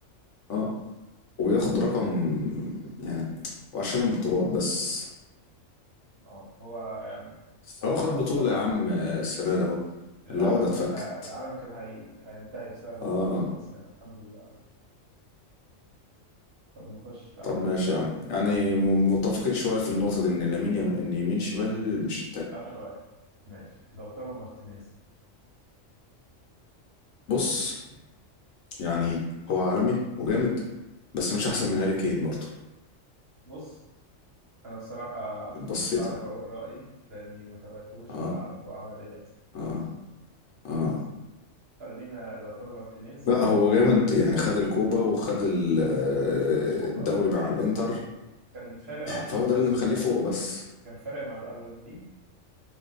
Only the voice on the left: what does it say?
اه وبياخد رقم
يعني وعشان البطولات بس
هو خد
بطوله
يا عم السنه ده اهو
العقده اتفكت
اه
طب ماشي
يا عم يعني م- متفقين شويه في النقطه دي ان لامين يم... ان يمين شمال مش التام
بص يعني هو عالمي وجامد بس مش احسن من هاري كين برضه
بصيت
يعني
اه
اه اه
لا هو جامد يعني خد الكوبا وخد ال- آه،
الدوري
مع
الانتر
فهو
ده اللي
مخليه فوق بس